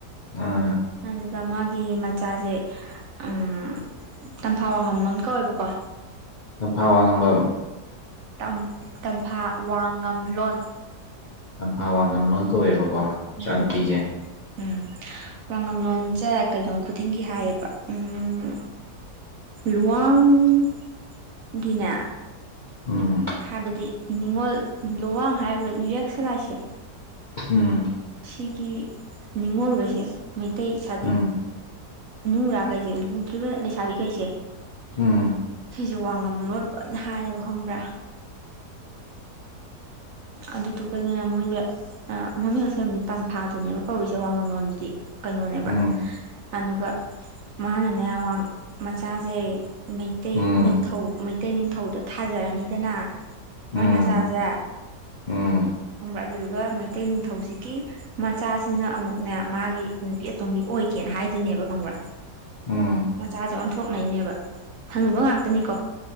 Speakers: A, on the left (about 55°); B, on the right (about 65°).
A: ꯑꯥ
B: ꯑꯗꯨꯒ ꯃꯥꯒꯤ ꯃꯆꯥꯖꯦ ꯎꯝ ꯇꯝꯐꯥ ꯋꯥꯡꯉꯝꯂꯣꯝ ꯀꯧꯋꯦꯕꯀꯣ
A: ꯇꯝꯐꯥ ꯋꯥꯡꯉꯝꯕꯝ
B: ꯇꯝ ꯇꯝꯐꯥ ꯋꯥꯡꯉꯝꯂꯣꯟ
A: ꯇꯝꯐꯥ ꯋꯥꯡꯉꯝꯂꯣꯟ ꯀꯧꯋꯦꯕꯀꯣ ꯃꯆꯥꯅꯨꯄꯤꯁꯦ
B: ꯎꯝ ꯎꯝ ꯋꯥꯉꯝꯂꯣꯟꯖꯦ ꯀꯩꯅꯣ ꯈꯨꯗꯤꯡꯒꯤ ꯍꯥꯏꯌꯦꯕ ꯎꯝ ꯂꯨꯋꯥꯡꯒꯤꯅꯦ
A: ꯎꯝ
B: ꯍꯥꯏꯕꯗꯤ ꯅꯤꯡꯉꯣꯜ ꯂꯨꯋꯥꯡ ꯍꯥꯏꯔꯤꯕ ꯌꯦꯛ ꯁꯂꯥꯏꯁꯦ
A: ꯎꯝ
B: ꯁꯤꯒꯤ ꯅꯤꯡꯉꯣꯜꯒꯩꯁꯦ ꯃꯩꯇꯩ ꯍꯥꯏꯗꯤ
A: ꯎꯝ
B: <unintelligible> ꯂꯨꯨꯍꯣꯡꯗ꯭ꯔꯤꯕ ꯂꯩꯁꯥꯕꯤꯒꯩꯁꯦ
A: ꯎꯝ
B: ꯁꯤꯖꯦ ꯋꯥꯡꯉꯝꯂꯣꯟ ꯂꯣꯏꯅ ꯍꯥꯏꯌꯦꯕ ꯈꯪꯕ꯭ꯔ
A: <inaudible>
B: ꯑꯗꯨꯗꯨꯒꯅꯦ ꯃꯣꯏꯖꯦ ꯑ‌ ꯃꯃꯤꯡ ꯑꯁꯦꯡꯕꯗꯤ ꯇꯝꯐꯥꯗꯨꯅꯦꯕ ꯀꯧꯔꯤꯁꯦ ꯋꯥꯉꯝꯂꯣꯟꯗꯨꯗꯤ ꯀꯩꯅꯣꯅꯦꯕ
A: ꯎꯝ
B: ꯑꯗꯨꯒ ꯃꯥꯟꯅꯅꯦ ꯋꯥꯡ ꯃꯆꯥꯖꯦ ꯃꯩꯇꯩ
A: ꯎꯝ
B: ꯅꯤꯡꯊꯧ ꯃꯩꯇꯩ ꯅꯤꯡꯊꯧꯗ ꯊꯥꯖꯔꯅꯤꯗꯅ
A: ꯎꯝ
B: ꯃꯥꯏ ꯃꯆꯥꯖꯦ
A: ꯎꯝ
B: ꯈꯪꯕ꯭ꯔ ꯑꯗꯨꯗꯨꯒ ꯃꯩꯇꯩ ꯅꯤꯡꯊꯧꯁꯤꯒꯤ ꯃꯆꯥꯁꯤꯅ ꯑꯃꯨꯛꯅꯦ ꯃꯥꯒꯤ ꯅꯨꯄꯤ ꯑꯇꫭꯝꯕꯤ ꯑꯣꯏꯒꯦꯅ ꯍꯥꯏ ꯗꫭꯏꯅꯦꯕ ꯈꯪꯕ꯭ꯔ
A: ꯎꯝ ꯎꯝ
B: ꯃꯆꯥꯖꯦ ꯑꯣꯟꯊꯣꯛꯅꯩꯅꯦꯕ ꯍꯅꯨꯕ ꯉꯥꯛꯇꯅꯤꯀꯣ